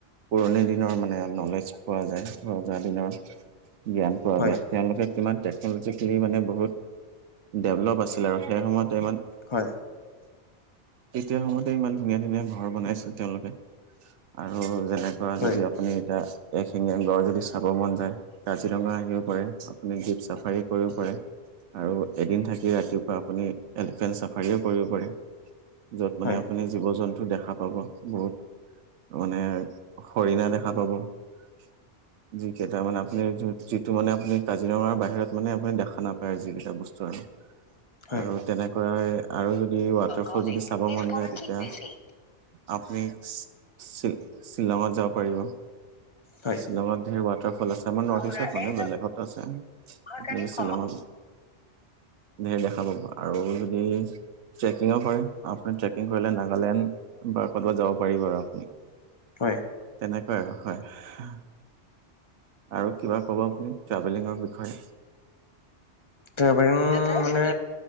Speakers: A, on the right; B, on the left.
A: পুৰণি দিনৰ মানে নলেজ পোৱা যায়, ৰজা দিনৰ জ্ঞান পোৱা
B: হয়,
A: যায়। তেওঁলোকে কিমান টেকনলজিকেলি মানে বহুত ডেভলপ আছিলে আৰু সেই সময়তে ইমান
B: হয়।
A: এতিয়া সময়তে ইমান ধুনীয়া-ধুনীয়া ঘৰ বনাইছিল তেওঁলোকে আৰু যেনেকুৱা
B: হয়,
A: যদি আপুনি এতিয়া এ শিঙীয়া গড় যদি চাব মন যায়। কাজিৰঙা আহিও পাৰে, আপুনি জীপ চাফাৰী কৰিবও পাৰে, আৰু এদিন থাকি ৰাতিপুৱা আপুনি এলিফেণ্ট চাফাৰীও কৰিব পাৰে। য'ত মানে
B: হয়,
A: আপুনি জীৱ-জন্তু দেখা পাব, বহুত মানে হৰিণা দেখা পাব। <unintelligible> যি কেইটা মানে আপুনি যিটো মানে আপুনি কাজিৰঙাৰ বাহিৰত মানে আপুনি দেখা নাপায় যি কেইটা বস্তু আৰু।
B: হয়।
A: আৰু তেনেকুৱাই আৰু যদি ৱাটাৰ
B: কলিং
A: ফল যদি চাব
B: ইজ
A: মন
B: কাৰেণ্টলি
A: যায় তেতিয়া
B: বিজি।
A: আপুনি চি চিলং যাব পাৰিব।
B: হয়।
A: শ্বিলঙত ধেৰ ৱাটাৰফল আছে, আমাৰ নৰ্থ
B: আপোনাৰ
A: ইষ্টত মানে
B: এটা
A: বেলেগতো আছে।
B: সহকাৰী
A: আপুনি <unintelligible>
B: সম
A: ধেৰ দেখা পাব, আৰু যদি ট্ৰেকিং কৰে আপুনি ট্ৰেকিং কৰিলে নাগালেণ্ড, বা কৰ'বাত যাব পাৰিব আৰু আপুনি।
B: হয়।
A: তেনেকুৱাই আৰু হয়। আৰু কিবা ক'ব আপুনি ট্ৰেভেলিঙৰ বিষয়ে?
B: ট্ৰেভেলিং মানে